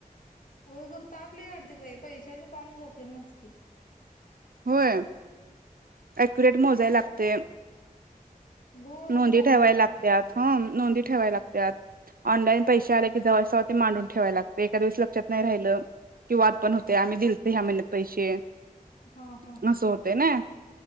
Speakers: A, on the left (about 65°); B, on the right (about 85°).
A: हो कर तापले वाढते बाई पैशाच काम झोपले मस्ती.
B: होय, अक्युरेट मोजाय लागते.
A: घोळ होऊन
B: नोंदी
A: चालणार
B: ठेवाय
A: नाही
B: लागतात हम नोंदी ठेवाय लागतात. ऑनलाईन पैसे आले की जवळवळ ते मांडून ठेवाय लागतते एका दिवस लक्षात नाही राहिलं. की वाद पण होते आम्ही दिलत ह्या महिन्यात पैसे असं
A: हा हा हा
B: होते ना.